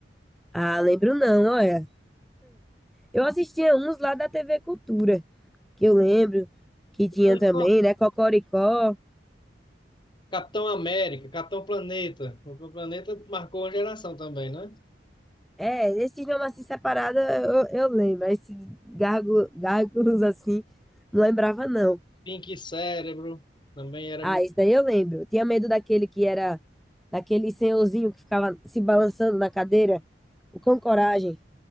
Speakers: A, in the centre; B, on the left (about 25°).
A: Ah, lembro não, olha. Eu assistia uns lá da TV Cultura, que eu lembro que tinha
B: anos
A: também, né? Cocoricó.
B: Capitão América, Capitão Planeta. O Capitão Planeta marcou uma geração também, né?
A: É, esse idioma assim separado eu, eu lembro. Esse gargo, gárgulos assim, não lembrava, não.
B: Pink Cérebro também era
A: Ah,
B: muito
A: esse daí eu lembro. Eu tinha medo daquele que era, daquele senhorzinho que ficava se balançando na cadeira. O Cão Coragem.